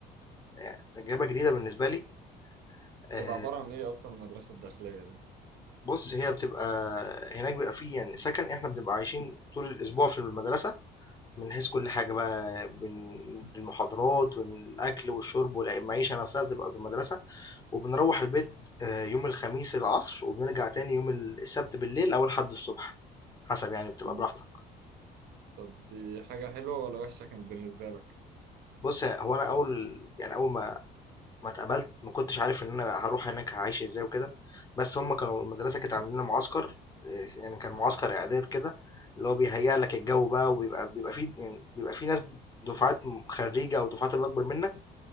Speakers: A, on the left; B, on the right.
A: يعني تجربة جديدة بالنسبة لي، آآ
B: تبقى عبارة عن إيه أصلا المدرسة الداخلية دي؟
A: بُص هي بتبقى هناك بيبقى في يعني سكن إحنا بنبقى عايشين طول الأسبوع في المدرسة، من حيث كل حاجة بقى من المحاضرات والأكل والشرب والع المعيشة نفسها بتبقى في المدرسة. وبنروّح البيت آآ يوم الخميس العصر، وبنرجع تاني يوم ال السبت بالليل أو الحد الصبح، حسب يعني بتبقى
B: مم.
A: براحتك.
B: طب دي حاجة حلوة ولا وحشة كانت بالنسبة لك؟
A: بُص ه هو أنا أول يعني أول ما ما اتقبلت ما كنتش عارف إن أنا هاروح هناك هاعيش إزاي وكده، بس هُم كانوا المدرسة كانت عاملة لنا معسكر، آآ يعني كان معسكر إعداد كده، اللي هو بيهيّأ لك الجو بقى وبيبقى بيبقى في يعني بيبقى في ناس دُفعات م خرّيجة أو دُفعات اللي أكبر منك